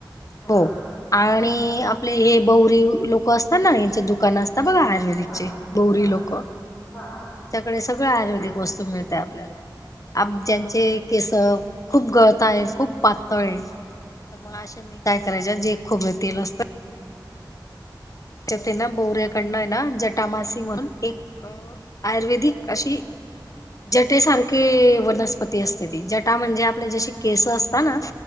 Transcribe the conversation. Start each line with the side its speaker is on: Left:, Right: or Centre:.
Centre: हा
Left: हो आणि आपले हे बौरी लोक असतात ना हचे दुकान असत बघा आयुर्वेदिकचे
Centre: हा
Left: गौरी
Centre: हा
Left: लोक
Centre: हा
Left: सगळ आयुर्वेदिक वस्तू मिळते आपल्याला
Centre: हा
Left: ज्यांचे केस खूप गळत आहे खूप पातळ आहे तर
Centre: हा
Left: मग अशानी काय करायच्या जे खोबर तेल असतात त्यात ना बोऱ्याकडनं ना जटामासी म्हणून एक आयुर्वेदिक अशी जटेसारखे वनस्पती असते ती जटा म्हणजे आपले जशी केस असतात ना